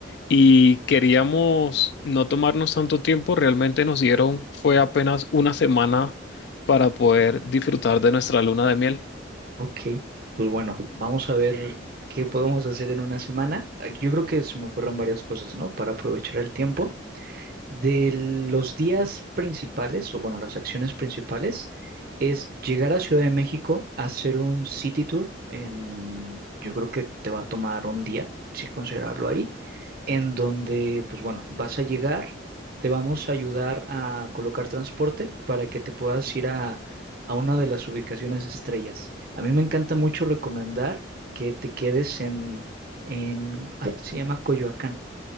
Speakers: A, on the left; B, on the right.
A: Y queríamos no tomarnos tanto tiempo, realmente nos dieron, fue apenas una semana para poder disfrutar de nuestra luna de miel.
B: Ok, pues bueno, vamos a ver qué podemos hacer en una semana. Ah, Yo creo que se me ocurren varias cosas, ¿no? Para aprovechar el tiempo. De los días principales, o bueno, las acciones principales, es llegar a Ciudad de México, hacer un city tour en, yo creo que te va a tomar un día, si considerarlo ahí, en donde, pues bueno, vas a llegar, te vamos a ayudar a colocar transporte para que te puedas ir a, a una de las ubicaciones estrellas. A mí me encanta mucho recomendar que te quedes en, en, ay, se llama Coyoacán.